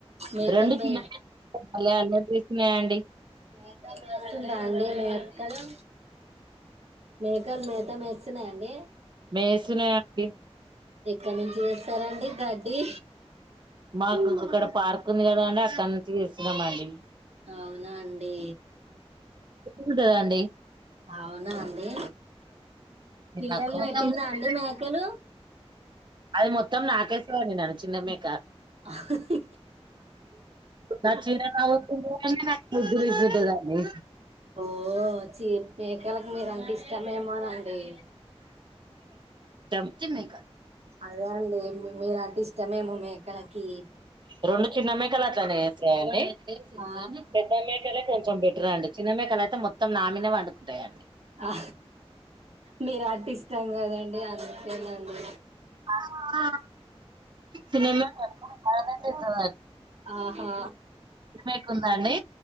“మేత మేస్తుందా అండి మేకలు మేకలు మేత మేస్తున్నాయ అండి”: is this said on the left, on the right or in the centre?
Right